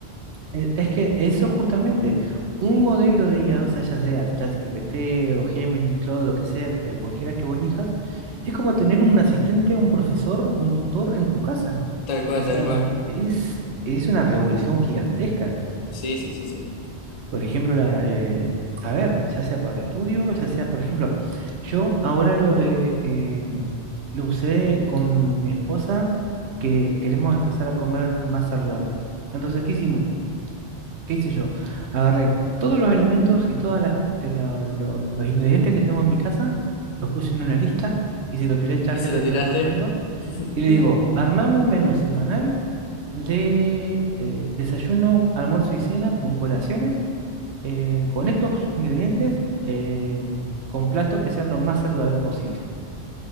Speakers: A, on the right (about 80°); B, on the left (about 45°).
A: Es es que eso justamente, un modelo de IA, o sea, ya sea ChatGPT o Gemini, Claude, lo que sea, cual- cualquiera que vos elijas, es como tener un asistente, un profesor, un tutor en tu casa.
B: Tal cual,
A: O sea,
B: tal cual.
A: es, es una revolución gigantesca.
B: Sí, sí, sí, sí.
A: Por ejemplo, la, eh, a ver, ya sea para el estudio, ya sea, por ejemplo, yo ahora lo, eh, eh, lo usé con mi esposa que queremos empezar a comer más saludable. Entonces, ¿qué hicimos? ¿Qué hice yo? Agarré todos los alimentos y todos los ingredientes que tengo en mi casa, los puse en una lista y se lo tiré a ChatGPT
B: ¿Y si lo tiraste?
A: en un documento
B: <laughs>
A: y le digo, armame un menú semanal de eh, desayuno, almuerzo y cena con colaciones, eh, con estos ingredientes, eh, con platos que sean lo más saludables posible.